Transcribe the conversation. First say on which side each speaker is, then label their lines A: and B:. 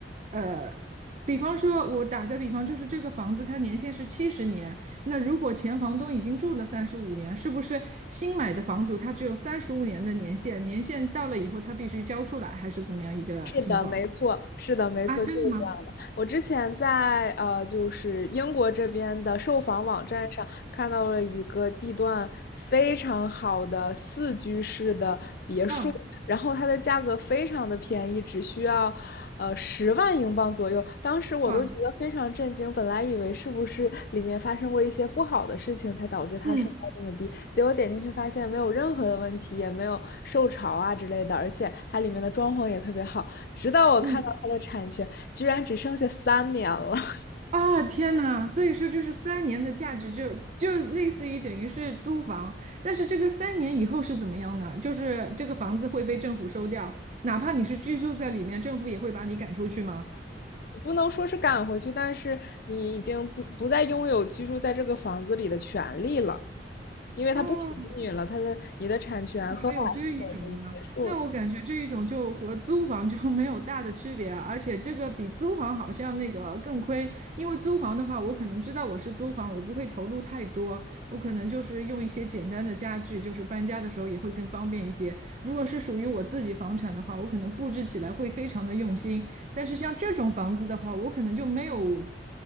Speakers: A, on the right (about 40°); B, on the left (about 55°).
A: 呃，比方说，我打个比方，就是这个房子它年限是七十年，那如果前房东已经住了三十五年，是不是新买的房主他只有三十五年的年限？年限到了以后，他必须交出来，还是怎么样一个情况
B: 是的，没错，是的，没错，
A: 啊？真的吗？
B: 就是这样的。我之前在呃，就是英国这边的售房网站上看到了一个地段非常好的四居室的别墅，
A: 哦，
B: 然后它的价格非常的便宜，只需要呃十万英镑左右。当时我都觉得非常震惊，
A: 哇，
B: 本来以为是不是里面发生过一些不好的事情才导致它售价这么低，
A: 嗯
B: 结果点进去发现没有任何的问题，也没有受潮啊之类的，而且它里面的装潢也特别好。直到我看到它的产权居然只剩下三年了。
A: 嗯
B: <laughs>
A: 啊，天呐！所以说，就是三年的价值就就类似于等于是租房，但是这个三年以后是怎么样呢？就是这个房子会被政府收掉，哪怕你是居住在里面，政府也会把你赶出去吗？
B: 不能说是赶回去，但是你已经不不再拥有居住在这个房子里的权利了。因为它不属于你了，
A: 啊，
B: 它的你的产权合法产权已经结束了。
A: 还有这一种呢？那我感觉这一种就和租房就没有大的区别啊，而且这个比租房好像那个更亏，因为租房的话，我可能知道我是租房，我不会投入太多，我可能就是用一些简单的家具，就是搬家的时候也会更方便一些。如果是属于我自己房产的话，我可能布置起来会非常的用心，但是像这种房子的话，我可能就没有